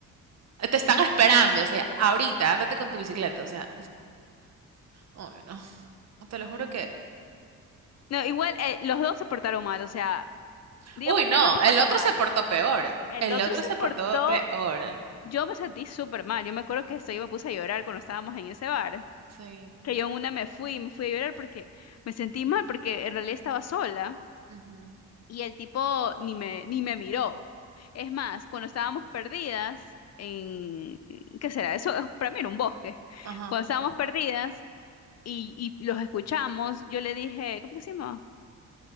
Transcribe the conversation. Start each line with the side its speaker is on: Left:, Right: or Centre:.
Right: Te están esperando, o sea, ahorita, ándate con tu bicicleta, o sea, uy, no, te lo juro que...
Left: No, igual eh, los dos se portaron mal, o sea, digamos
Right: Uy, no,
Left: que él no se porta
Right: el otro
Left: mal.
Right: se portó peor,
Left: El
Right: el
Left: otro
Right: otro
Left: se
Right: se
Left: portó,
Right: portó peor.
Left: yo me sentí súper mal. Yo me acuerdo que esto, yo me puse a llorar cuando estábamos en ese bar,
Right: Sí,
Left: que yo en una me fui, me fui a llorar porque me sentí mal, porque en realidad estaba sola
Right: ujú,
Left: y el tipo ni me, ni me miró. Es más, cuando estábamos perdidas en, ¿qué será? Eso es- para mí era un bosque.
Right: Ajá.
Left: Cuando estábamos perdidas y, y los escuchamos, yo le dije, ¿cómo que se llama?